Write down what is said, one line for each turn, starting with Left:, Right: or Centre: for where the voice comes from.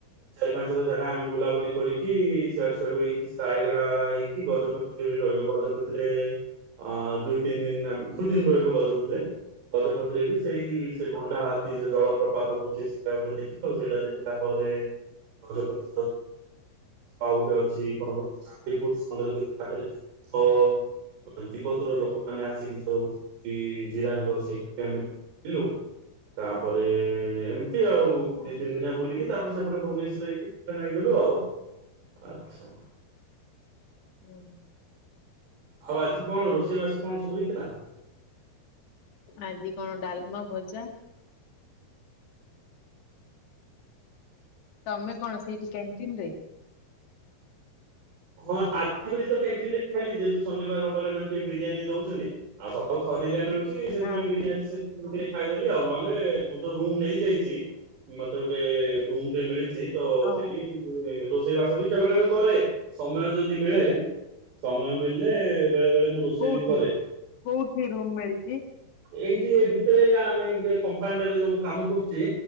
Right: ଚାରି ପାଞ୍ଚଟା ଜାଗା ଆମେ ବୁଲାବୁଲି କରିକି ସିଆଡ଼ୁ ସିଆଡ଼ୁ ହେଇକି ରାୟଗଡା ହେଇକି ଗଜପତି ରହିଲୁ ଗଜପତିରେ ଅ ଦୁଇ ତିନି ଦିନି ଦୁଇ ଦିନ ରହିଲୁ ଗଜପତିରେ ଗଜପ ବି ସେଇ ସେ ଗଣ୍ଡା ହାତି ଯୋଉ ଜଳ ପ୍ରପାତ ହଉଚି ସେ ସେଟା ଗୋଟେ ଦେଖିଲୁ ସେଇଟା ଦେଖିଲା ପରେ ଗଜପତି ଆଉ ଗୋଟେ ଅଛି କଣ ଚାନ୍ଦିପୁର ଚନ୍ଦ୍ରଗିରି ପାଖରେ ଅ ଅଛନ୍ତି ତିବ୍ବତ୍ର ଲୋକମାନେ ଆସିକି ଯଉଛନ୍ତି ଜିରାଙ୍ଗ ସେଇଠି ବି ଆମେ ରହିଲୁ। ତାପରେ ଏ ଏ ଆଉ ଦି ତିନି ଦିନଆ ବୁଲିକି ତାପରେ ସେପଟ ଭୁବନେଶ୍ୱର ହେଇକି ରିଟନ୍ ହେଇଗଲୁ ଆଉ। ଆଛା।
Left: ହୁଁ।
Right: ଆଉ ଆଜି କଣ ରୋଷେଇବାସ କଣ ସବୁ ହେଇଥିଲା?
Left: ଆଜି କଣ ଡାଲମା ଭଜା ତମେ କଣ ସେଇଠି କ୍ୟାଣ୍ଟିନ ରେ
Right: ହଁ <unintelligible> <unintelligible> କ୍ୟାଣ୍ଟିନରେ ଖାଇଲି ଯେହେତୁ ଶନିବାର ରବାର ଟିକେ ମେନ ବିରିୟାନୀ ଦୋଉଚନ୍ତି ଆଉ ସପ୍ତାହକୁ ଥରିଏ ଯାହା ମିଳୁଚ ଚି ସେଥିପାଇଁ
Left: ହଁ
Right: ବିରିୟ ସେଥିରୁ ଟିକେ ଖାଇଦେଲି ଆଉ ନହଲ ବେ ମୁଁ ତ ରୁମ ନେଇ ଯାଇଛି ମତେ ଗୋଟେ ର ମିଳିଚି। ସେଇ ତ
Left: ହଁ
Right: ସେଠି ରୋଷେଇ ବାସ ବି କେବେ କେବେ କରେ। ସମୟ ଯଦି ମିଳେ ସମୟ ମିଳିଲେ ବେଳେ ବେଳେ ମୁଁ ରୋଷେଇ
Left: କୋଉଠି
Right: ବି କରେ <inaudible>
Left: କୋଉଠି ରୁମ ମିଳିଛି?
Right: ଏଇ ଭିତରେ ଆମେ ଗୋଟେ କମ୍ପାନିଟାରେ ଯୋଉ ମୁଁ କାମ କରୁଚି